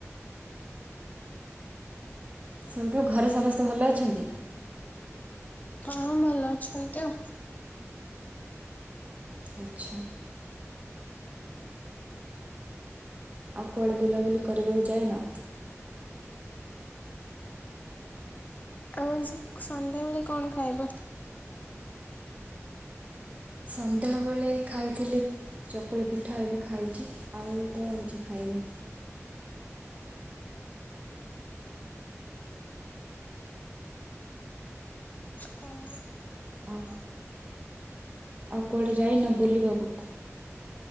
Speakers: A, on the right; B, on the left.
A: ସେଉଠୁ ଘରେ ସମସ୍ତେ ଭଲ ଅଛନ୍ତି?
B: ହଁ ଭଲ ଅଛନ୍ତି ଆଉ।
A: ଆଚ୍ଛା। ଆଉ କୁଆଡ଼େ ବୁଲାବୁଲି କରିବାକୁ ଯାଇନ?
B: ଆଉ ଆଜି ସନ୍ଧ୍ୟାବେଳେ କଣ ଖାଇବ?
A: ସନ୍ଧ୍ୟାବେଳେ ଖାଇଥିଲି ଚକୁଳି ପିଠା ଏବେ ଖାଇଛି ଆଉତ କିଛି ଖାଇନି।
B: ହଉ।
A: ଓ ଆଉ କୁଆଡ଼େ ଯାଇନ ବୁଲିବାକୁ?